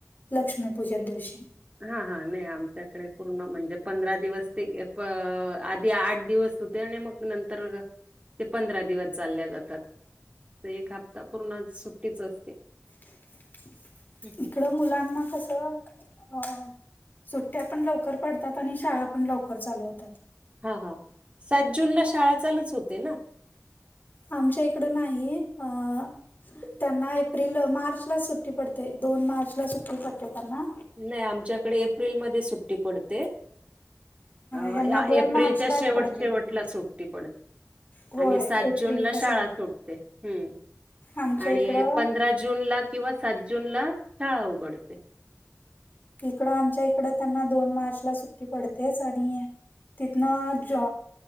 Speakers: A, on the left (about 40°); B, on the right (about 25°).
A: लक्ष्मी पूजन दिवशी
B: हा हा, नाही आमच्याकडे पूर्ण म्हणजे पंधरा दिवस ते आधी आठ दिवस सु ते आणि मग नंतर ते पंधरा दिवस चालल्या जातात. त एक हप्ता पूर्ण सुट्टीच असते.
A: <inaudible>
B: हम्म हम्म
A: इकडं मुलांना कसं अ सुट्ट्या पण लवकर पडतात आणि शाळा पण लवकर चालू होतात.
B: हा हा, सात जून ला शाळा चालूच होते ना?
A: आमच्या इकडं नाही. अ त्यांना एप्रिल अ मार्चलाच सुट्टी पडते, दोन मार्चला सुट्टी पडते त्यांना.
B: नाही आमच्याकडे एप्रिलमध्येच सुट्टी पडते. अ
A: ह्यांना दोन
B: एप्रिलच्या
A: मार्चलाच
B: शेवट
A: पडते.
B: शेवटला सुट्टी पडते.
A: होय
B: आणि सात
A: एप्रिलच्या
B: जून ला शाळा
A: शेवटला.
B: सुटते, हम्म.
A: आमच्या
B: आणि
A: इकडं
B: पंधरा जून ला किंवा सात जून ला शाळा उघडते.
A: इकडं आमच्या इकडं त्यांना दोन मार्च ला सुट्टी पडतेच आणि तिथनं जो